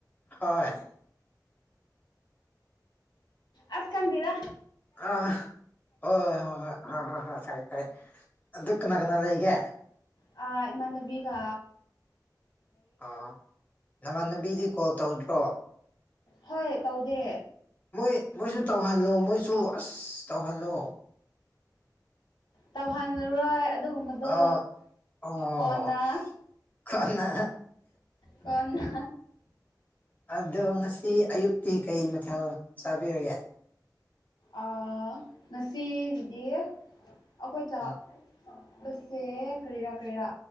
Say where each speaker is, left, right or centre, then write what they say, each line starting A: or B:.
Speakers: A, on the left; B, on the left.
A: ꯍꯣꯏ
B: ꯑꯁ ꯈꯡꯗꯦꯗ
A: ꯑꯥ ꯍꯣꯏ ꯍꯣꯏ ꯍꯣꯏ ꯍꯣꯏ ꯍꯣꯏ ꯍꯣꯏ ꯐꯔꯦ ꯐꯔꯦ ꯑꯗꯨ ꯀꯅꯥ ꯀꯅꯥ ꯂꯩꯒꯦ
B: ꯑ ꯏꯃꯥꯅꯕꯤꯒ
A: ꯑꯥ ꯅꯃꯥꯟꯅꯕꯤꯗꯤ ꯀꯣꯜ ꯇꯧꯗ꯭ꯔꯣ
B: ꯍꯣꯏ ꯇꯧꯗꯦ
A: ꯃꯣꯏ ꯃꯣꯏꯁꯨ ꯇꯧꯍꯜꯂꯣ ꯃꯣꯏꯁꯨ ꯑꯁ ꯇꯧꯍꯜꯂꯣ
B: ꯇꯧꯍꯜꯂꯔꯣꯏ ꯑꯗꯨꯒꯨꯝꯕꯗꯤ ꯑꯗꯣ
A: ꯑꯥ ꯑꯣ
B: ꯀꯣꯟꯅ
A: ꯀꯅꯥ
B: ꯀꯣꯟꯅ
A: ꯑꯗꯣ ꯉꯁꯤ ꯑꯌꯨꯛꯇꯤ ꯀꯩ ꯃꯊꯦꯜ ꯆꯥꯕꯤꯔꯒꯦ
B: ꯑꯥ ꯉꯁꯤꯒꯤꯗꯤ ꯑꯩꯈꯣꯏ ꯆꯥ
A: ꯎꯝ
B: ꯆꯥꯕꯁꯦ ꯀꯔꯤꯔꯥ ꯀꯔꯤꯔꯥ